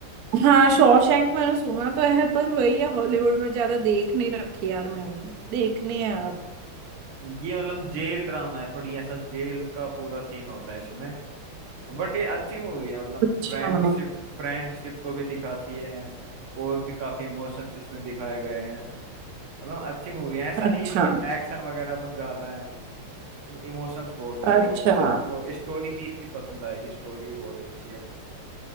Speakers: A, on the right; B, on the right.
A: हाँ शॉशैंक मैंने सुना तो है पर वही है हॉलीवुड में ज्यादा देख नहीं रखी यार मैंने देखनी है अब
B: ये मतलब जेल ड्रामा है थोड़ी ऐसा जेल का पूरा सीन होता है इसमें बट ये अच्छी मूवी है मतलब
A: अच्छा
B: फ्रेंडशिप फ्रेंडशिप को भी दिखाती है और भी काफी इमोशंस इसमें दिखाए गए हैं मतलब अच्छी मूवी है ऐसा
A: अच्छा
B: नहीं इसमें एक्शन वगैरह कुछ ज्यादा है मतलब इमोशंस बहुत है मूवी
A: अच्छा
B: में और आपको स्टोरी भी इसकी पसंद आएगी स्टोरी भी बहुत अच्छी है